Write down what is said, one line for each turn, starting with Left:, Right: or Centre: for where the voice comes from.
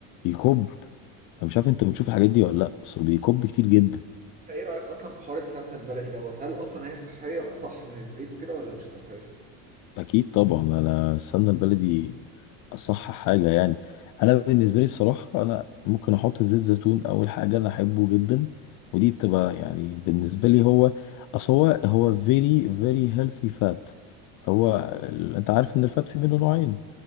Left: يكب انا مش عارف انت بتشوف الحاجات دي ولا لا بس هو بيكب كتير جدا
Right: ايه رايك اصلا في حوار السمنه البلدي دوت هل اصلا هي صحيه صح من الزيت وكده ولا مش صحيه
Left: أكيد طبعا أنا السمنة البلدي أصح حاجة يعني أنا بالنسبة لي الصراحة أنا ممكن أحط زيت زيتون أول حاجة أنا أحبه جدا ودي بتبقى يعني بالنسبة لي هو أصل هو هو very very healthy fat هو ال- أنت عارف إن الفات في منه نوعين